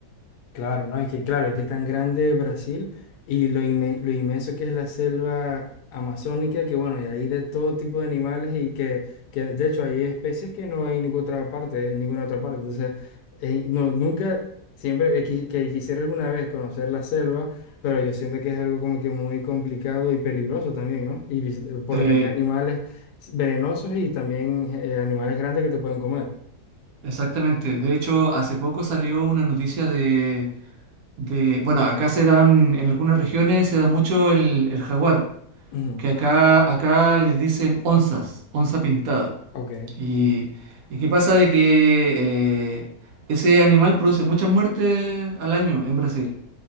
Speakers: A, on the left; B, on the right.
A: Claro, no, es que claro, es que es tan grande Brasil y lo, inme- lo inmenso que es la selva amazónica, que bueno, y hay de todo tipo de animales y que, que de hecho hay especies que no hay en ninguna otra parte, en ninguna otra parte. Entonces, eh, no, nunca, siempre he qui- que quisiera alguna vez conocer la selva, pero yo siento que es algo como que muy complicado y peligroso también, ¿no? Y vis- por
B: Sí,
A: la cantidad de animales venenosos y también eh, animales grandes que te pueden comer.
B: exactamente. De hecho, hace poco salió una noticia de, de- bueno, acá se dan, en algunas regiones se da mucho el, el jaguar,
A: Ujú,
B: que acá, acá les dicen onzas, onza pintada.
A: Ok,
B: Y, y qué pasa de que eh, ese animal produce muchas muertes al año en Brasil.